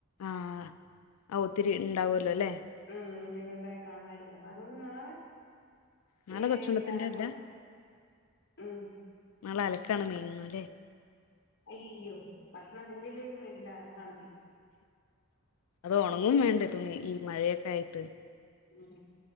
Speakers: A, on the left (about 85°); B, on the left (about 50°).
A: ആഹ് ഒത്തിരി ഇണ്ടാവുല്ലോ ലേ?
B: ഉം എന്തേലുയൊക്കെ കാണുമായിരിക്കും അപ്പൊ അതുകൊണ്ട് നാളെ.
A: നാളെ
B: എല്ലാം
A: ഭക്ഷണത്തിന്റെതല്ല.
B: കൂടെ ഉം
A: നാളെ അലക്കാണ് മെയിൻ അല്ലേ.
B: അയ്യോ ഭക്ഷണം തിന്നില്ലേലും വേണ്ടില്ല അലക്കാണ് മെയിൻ.
A: അത് ഉണങ്ങും വേണ്ടേ തുണി ഈ മഴയൊക്കെ ആയിട്ട്.
B: ഉം